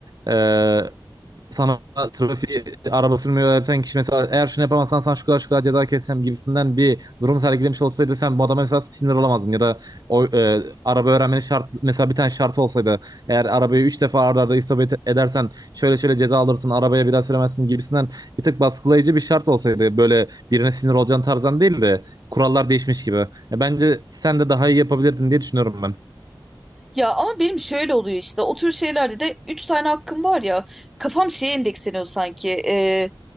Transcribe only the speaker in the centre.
Ya ama benim şöyle oluyor işte o tür şeylerde de 3 tane hakkım var ya kafam şeye endeksleniyor sanki. E,